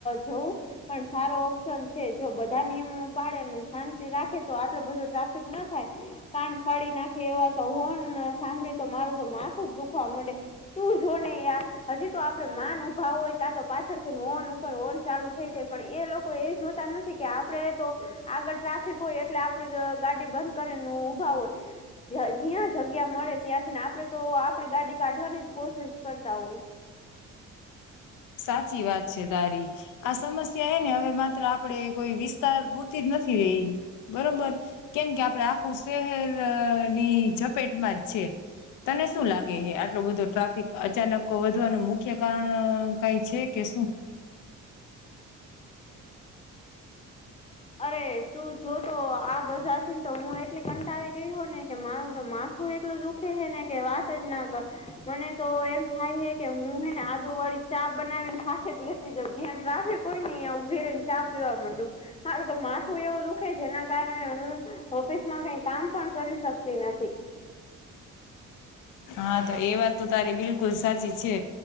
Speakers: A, on the left; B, on the left.
A: જવું પણ સારો ઓપ્શન છે, જો બધા નિયમો પાડેને, શાંતિ રાખે તો આટલો બધો ટ્રાફિક ન થાય. કાન ફાડી નાખે એવા તો હોન સાંભળી તો મારું તો માથું દુખવા મડે. તું જો ને યાર, હજી તો આપડે માન ઉભા હોય, તા તો પાછળથી હોનું પર હોન ચાલુ થઈ જાય, પણ એ લોકો એ જોતા નથી કે આપડે તો આગળ ટ્રાફિક હોય એટલે આપડી ગાડી બંધ કરી ઊભા હોય. જ જ્યા જગ્યા મળે ત્યાંથીન આપડે તો આપડી ગાડી કાઢવાની જ કોશિશ કરતા હોય.
B: સાચી વાત છે, તારી. આ સમસ્યા હે ને હવે માત્ર આપડે કોઈ વિસ્તાર પૂરતી જ નથી રહી બરોબર, કેમ કે આપડે આખું શહેરની ઝપેટમાં જ છે. તને શું લાગે હે? આટલો બધો ટ્રાફિક અચાનક વધવાનું મુખ્ય કારણ કાંઈ છે કે શું?
A: અરે, તું જોતો આ બધાથીન તો હું એટલી કંટાળી ગઈ હુ ને કે મારું તો માથું એટલુ દુ ખે હે ને કે વાત જ ના કર. મને તો એમ થાય હે કે હું હેને આદુવાળી ચા બનાવી ન સાથે જ લે તી જવ, જ્યાં ટ્રાફિક હોયને ન્યા ઉભી રઈન ચા પીવા મંડુ. મારું તો માથું એવું દુખે જેના કારણે હું ઓફિસમાં કાંઈ કામ પણ કરી શકતી નથી.
B: હા, તો એ વાત તો તારી બિલકુલ સાચી છે.